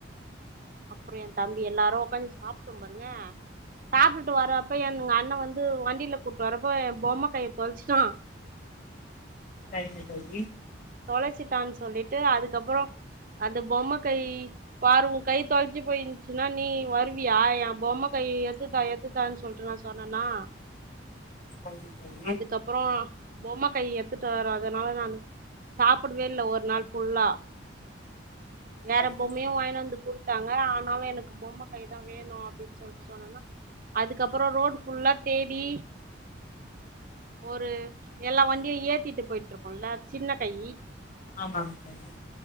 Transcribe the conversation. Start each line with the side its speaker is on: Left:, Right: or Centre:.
Right: அப்பற எய தம்பி எல்லாரு உட்காந்து சாப்ட்ட பாருங்க சாப்ட்டு வர்ப்ப என்ங்க அண்ண வந்து வண்டியில கூட்டிட்டு வரப்போ எய பொம்ம கையை தொலைச்சட்டா
Left: சரிங்க தோழி
Right: தொலைச்சிட்டான்னு சொல்லிட்டு அதுக்கப்பற அந்த பொம்ம கை பாரு உ கை தொலைச்சி போயிருச்சுன்னா நீ வருவியா எய பொம்ம கை எத்துதா எத்துதான்னு சொல்டு நா சொன்னண்ணா
Left: சரிங்க தோழி
Right: அதுக்கப்ற பொம்ம கை எடுத்துட்டு வராதனால நான் சாப்டவே இல்ல ஒரு நாள் ஃபுல்லா வேற
Left: சரிங்க
Right: பொம்மையும்
Left: தோழி
Right: வாங்கிட்டு வந்து குடுத்தாங்க ஆனாலு எனக்கு பொம்ம கை தா வேணும் அப்டின்னு சொல்லிட்டு சொன்னா அதுக்கப்பற ரோடு் ஃபுல்லா தேடி ஒரு எல்லா வண்டியு ஏத்திட்டு போயிட்டு இருக்கும்ல சின்ன கை
Left: ஆமாங்க தோழி